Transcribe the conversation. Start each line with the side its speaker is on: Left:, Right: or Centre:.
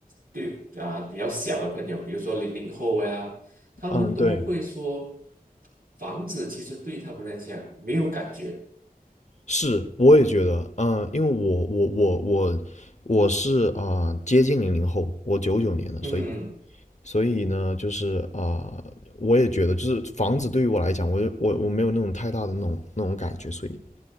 Right: 对啊比较小的朋友，比如说零零后呀，他们都会说，
Left: 嗯，对，
Right: 房子其实对他们来讲没有感觉，
Left: 是，我也觉得，嗯，因为我我我我我是啊、接近零零后，我九九年的，
Right: 嗯。
Left: 所以所以呢，就是啊、我也觉得，就是房子对于我来讲，我就我我没有那种太大的那种那种感觉，所以